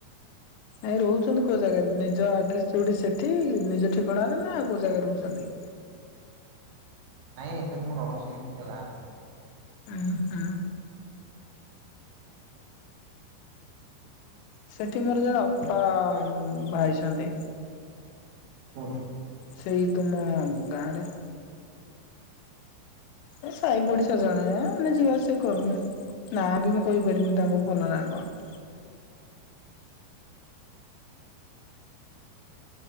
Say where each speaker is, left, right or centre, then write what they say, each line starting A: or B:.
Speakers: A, on the left (about 85°); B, on the right (about 80°).
A: ଆଉ ରହୁଚନ୍ତି କୋଉ ଜାଗାରେ ନିଜ ଆଡ୍ରେସ ଯୋଉଠି ସେଠି ନିଜ ଠିକଣାରେ ନା ଆଉ କୋଉ ଜାଗାରେ ରହୁଚନ୍ତି?
B: ନାଇଁ ଏବେ ମୁଁ ରହୁଚି ନିଜ ଗାଁରେ।
A: ଉଁ ହୁଁ। ସେଠି ମୋର ଜଣେ ଅପା ଭାଇଚନ୍ତି।
B: କୋଉଠି?
A: ସେଇ ତୁମ ଗାଁ ରେ। ଏ ସାଇ ପଡିଶା ଜଣେ ଆମେ ଯିବା ଆସିବା କରୁନା। ନାଁ ବି ମୁଁ କହିପାରିବିନି ତାଙ୍କ ଭଲ ନାଁ କଣ?